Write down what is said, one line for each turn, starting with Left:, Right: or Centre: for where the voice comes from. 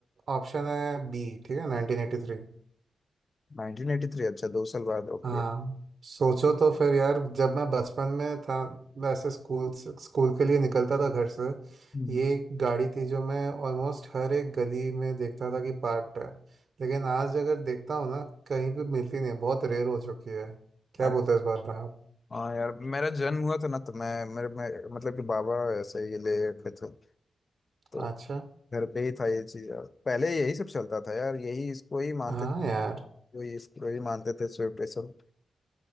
Right: ऑप्शन है बी ठीक है 1983
Left: नाइनटीन एटी थ्री अच्छा दो साल बाद ओके
Right: हाँ सोचो तो फिर यार जब मैं बचपन में था वैसे स्कूल से स्कूल के लिए निकलता था घर से
Left: हम्म।
Right: ये एक गाड़ी थी जो मैं ऑलमोस्ट हर एक गली में देखता था कि पार्क्ड है लेकिन आज अगर देखता हूँ ना कहीं भी मिलती नहीं है, बहुत रेयर हो चुकी है क्या
Left: अरे
Right: बोलते हैं इस बार आप
Left: हाँ यार मेरा जन्म हुआ था ना तो मैं मेरे मैं, मतलब कि बाबा ऐसे ही ले रखे थे तो
Right: अच्छा
Left: घर पे ही था ये चीज यार पहले यही सब चलता था यार यही इसको ही मानते
Right: हाँ यार
Left: थे ये इसको ही मानते थे शिव पे सब